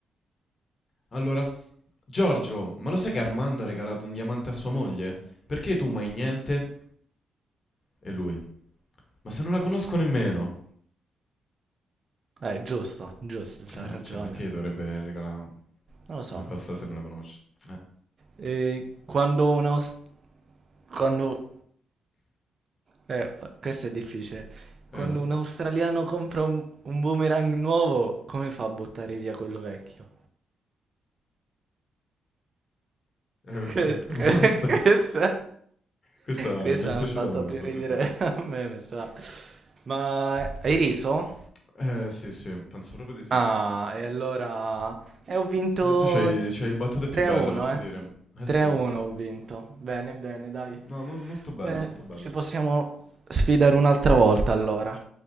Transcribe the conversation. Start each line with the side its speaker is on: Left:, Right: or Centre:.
Left: Allora, Giorgio, ma lo sai che Armando ha regalato un diamante a sua moglie? Perché tu mai niente? E lui, ma se non la conosco nemmeno.
Right: Eh, giusto, giusto, c'ha
Left: Eh,
Right: ragione.
Left: cioè, perché dovrebbe regalare
Right: Non lo so.
Left: una cosa se non la conosce? Eh,
Right: E quando un... aus- Quando... Eh, questo è difficile. Quando
Left: eh?
Right: un australiano compra un, un boomerang nuovo, come fa a buttare via quello vecchio?
Left: Eh, mo-
Right: Que-
Left: <laughs>
Right: que-
Left: molto-
Right: Questa,
Left: Questa
Right: questa
Left: mi è piaciuta
Right: mi ha fatto
Left: molto,
Right: più ridere
Left: sì, sì.
Right: a me, mi sa. Ma hai riso?
Left: Eh, sì, sì, penso proprio di sì.
Right: Ah, e allora... E ho vinto
Left: Eh, tu c'hai, c'hai battute più
Right: 3-1,
Left: belle, posso
Right: eh.
Left: dire. Eh
Right: 3-1
Left: sì.
Right: ho vinto. Bene, bene, dai.
Left: No, mo- molto belle,
Right: Eh,
Left: molto belle.
Right: ci possiamo sfidare un'altra volta allora.